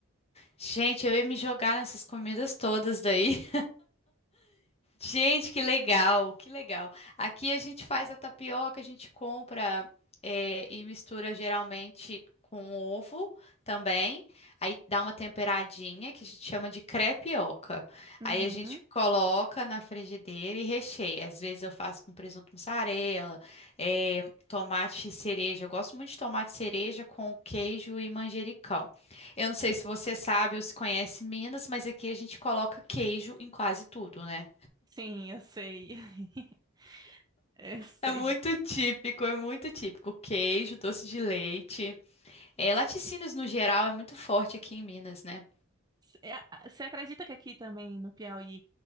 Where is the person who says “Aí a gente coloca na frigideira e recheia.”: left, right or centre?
Left